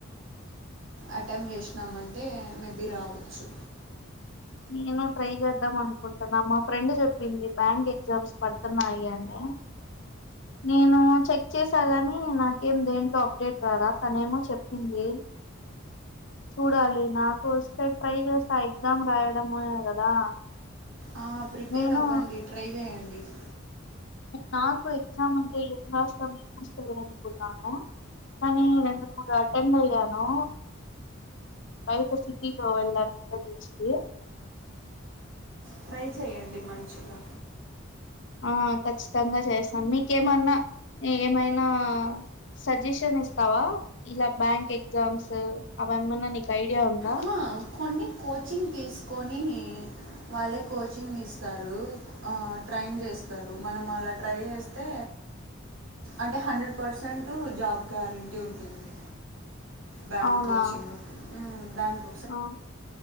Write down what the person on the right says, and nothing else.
అటెంప్ట్ చేసినామంటే మేబీ రావచ్చు
ఆ ప్రిపేర్
అవ్వండి ట్రై చేయండి డి
ట్రై చె్యడి మంచిగా
ఆ, కొన్ని కోచింగ్ తీసుకొని వాళ్ళే కోచింగ్ ఇస్తారు ట్రైన్ చేస్తారు మనం అలా ట్రై చేస్తే అంటే హండ్రెడ్ పర్సెంట్ జాబ్ గ్యారంటీ ఉంటుంది బ్యాంక్
కోచింగ్ ఉమ్ దానికు